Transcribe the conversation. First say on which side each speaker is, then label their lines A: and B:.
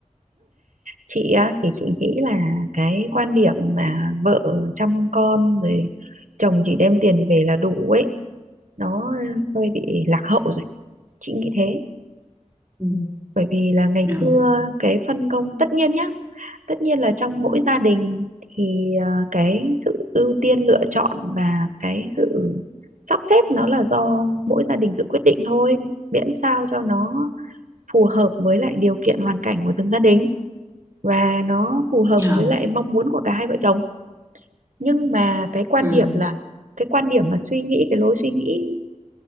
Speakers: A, on the right (about 75°); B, on the right (about 20°).
A: chị á, thì chị nghĩ là cái quan điểm mà vợ chăm con rồi chồng chỉ đem tiền về là đủ ấy nó hơi bị lạc hậu rồi chị nghĩ thế
B: ừ.
A: bởi vì là ngày
B: Dạ.
A: xưa cái phân công tất nhiên nhá tất nhiên là trong mỗi gia đình thì à, cái sự ưu tiên lựa chọn và cái sự sắp xếp nó là do mỗi gia đình tự quyết định thôi miễn sao cho nó phù hợp với lại điều kiện hoàn cảnh của từng gia đình và nó phù hợp
B: Dạ.
A: với lại mong muốn của cả hai vợ chồng nhưng mà cái quan
B: Ừ.
A: điểm là cái quan điểm mà suy nghĩ cái lối suy nghĩ